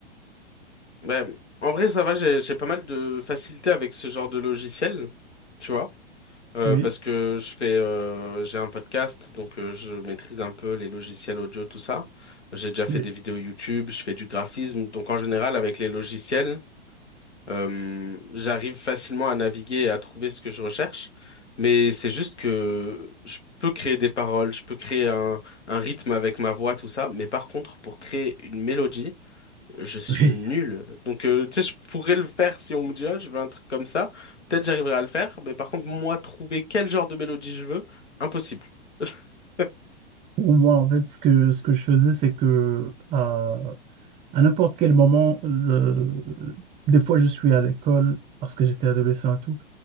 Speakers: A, on the left; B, on the right.
A: Ouais. En vrai, ça va, j'ai j'ai pas mal de facilité avec ce genre de logiciel, tu vois. Euh,
B: Oui,
A: parce que je fais, euh, j'ai un podcast, donc euh, je maîtrise un peu les logiciels audio, tout ça. J'ai déjà fait
B: oui,
A: des vidéos YouTube, je fais du graphisme, donc en général avec les logiciels, euh, j'arrive facilement à naviguer et à trouver ce que je recherche. Mais c'est juste que je peux créer des paroles, je peux créer un, un rythme avec ma voix, tout ça. Mais par contre, pour créer une mélodie, je suis
B: oui.
A: nul. Donc, euh, tu sais, je pourrais le faire si on me dit, ah, je veux un truc comme ça. Peut-être j'arriverai à le faire. Mais par contre, moi, trouver quel genre de mélodie je veux, impossible. <laughs>
B: Pour moi, en fait, ce que, ce que je faisais, c'est que euh, à n'importe quel moment, le- des fois je suis à l'école parce que j'étais adolescent et tout,